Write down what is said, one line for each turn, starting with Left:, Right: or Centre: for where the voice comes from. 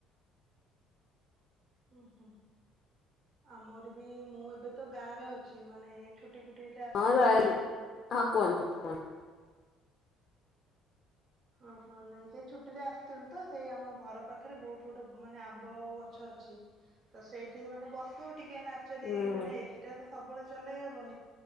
Right: ହୁଁ ହୁଁ ଆମର ବି ମୁଁ ଏବେ ତ ଗାଁ ରେ ଅଛି ମାନେ ଛୁଟି ଫୁଟି ଆସେ
Left: ହଁ ର
Right: ଗାଁକୁ।
Left: ହଁ କୁହନ୍ତୁ କୁହନ୍ତୁ।
Right: ଓଁ ହଁ ନାଇଁ ସେ ଛୁଟିରେ ଆସିଥିଲୁ ତ ସେଇ ଆମ ଘର ପାଖରେ ବହୁତ ଗୋଟେ ମାନେ ଆମ୍ବ ଆ ଗଛ ଅଛି। ତ ସେଇଠି ମାନେ ବସୁ ଟିକେ, ଆଚୁଆଲି
Left: କୁହନ୍ତୁ
Right: ମାନେ ଏସିଟା ତ ସବୁବେଳେ ଚଲେଇ ହବନି।